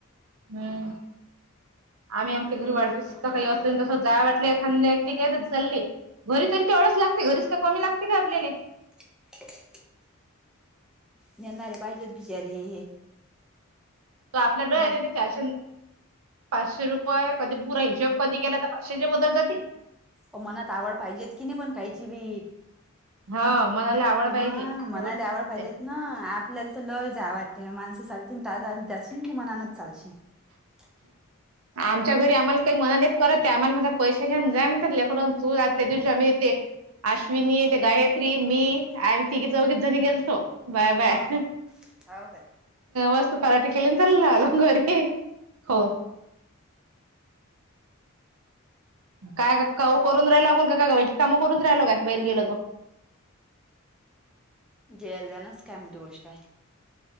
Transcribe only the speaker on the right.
हम्म. आम्ही आमच्या घरी वाढदिवस तसं काही असो तसं जा वाटलं एखांद्या <unintelligible> आहे चालली. घरी तरी तेवढंच लागते घरीच का कमी लागते का आपल्याले.
ते आपल्या डोळ्या
देते चारशे पाचशे रुपये कधी पुरा हिशेब कधी केला तर शेजा पदार जातील.
हा मनला आवड पाहिजे
त्या
गोष्ट आहे.
आमच्या घरी आम्हाला काही मना नाहीेत करत ते आम्हाला म्हणतात पैशे घ्या जा म्हणतात लेकरन तू त्या दिवशी आम्ही ते. अश्विनी ते गायत्री मी आम्ही तिघे चौघीच जणी गेलतो. बाया बाया
मस्त पराठे केले चाललं आलो घरी. हो काय गं कउ करून राहिलं आपण का काय वाईट कामं करून राहिलो काय बाहेर गेलो तो.